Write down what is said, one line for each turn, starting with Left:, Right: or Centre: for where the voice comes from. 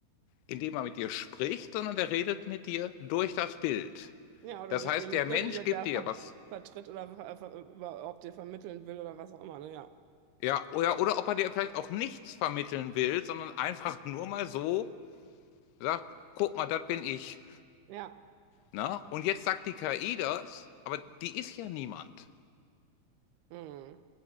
Left: indem er mit dir spricht, sondern er redet mit dir durch das Bild.
Right: Ja, oder
Left: Das
Right: durch
Left: heißt,
Right: die Emotionen,
Left: der Mensch
Right: die der
Left: gibt
Right: da
Left: dir
Right: ver
Left: was.
Right: vertritt oder ver ver überhaupt dir vermitteln will oder was auch immer, ne? Ja.
Left: Ja, oder, oder ob er dir vielleicht auch nichts vermitteln will, sondern einfach <laughs> nur mal so sagt, guck mal, das bin ich.
Right: Ja.
Left: Na? Und jetzt sagt die KI das, aber die ist ja niemand.
Right: Mhm.